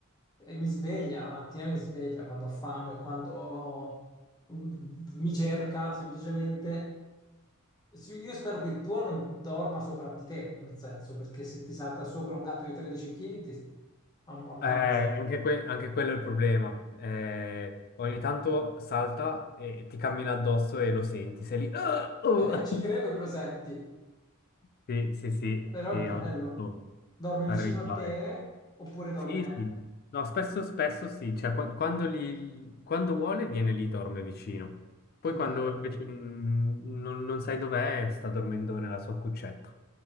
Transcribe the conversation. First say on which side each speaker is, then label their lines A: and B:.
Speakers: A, on the left; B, on the left.
A: e mi sveglia, la mattina mi sveglia quando ho fame o quando ho- mi cerca semplicemente. Sì, Io spero che il tuo non dorma sopra di te, nel senso, perché se ti salta sopra un gatto di 13 kg ti am- ammazza.
B: Eh, anche, que- anche quello è il problema. Eh, ogni tanto salta e ti cammina addosso e lo senti. Sei lì. "Ah, oh".
A: Eh,
B: <laughs>
A: ci credo che lo senti,
B: Sì, sì, sì,
A: però
B: sì,
A: è bello.
B: ogni tanto
A: Dorme
B: arriva.
A: vicino a te
B: eh.
A: oppure dorme...
B: Sì, sì. No, spesso, spesso sì. Cioè, qua- quando, li- quando vuole viene lì, dorme vicino. Poi
A: Che
B: quando
A: bello,
B: invece mm, non, non sai dov'è, sta dormendo nella sua cuccetta.